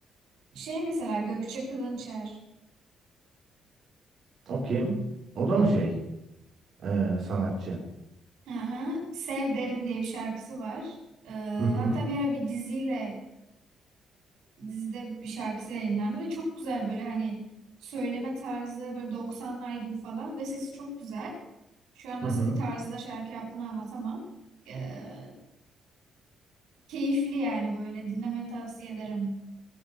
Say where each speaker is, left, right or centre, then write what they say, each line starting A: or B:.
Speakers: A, on the right; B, on the right.
A: Şey mesela Gökçe Kılınçer.
B: O kim? O da mı şey? Ee, sanatçı?
A: Hı hı. Sev Derim diye bir şarkısı var. Ee,
B: Hı hı.
A: hatta bir ara bir diziyle dizide bir şarkısı yayınlandı ve çok güzel böyle hani söyleme tarzı böyle doksanlar gibi falan ve sesi çok güzel. Şu an nasıl
B: Hı hı.
A: bir tarzda şarkı yaptığını anlatamam. Ee, keyifli yani böyle dinlemeni tavsiye ederim.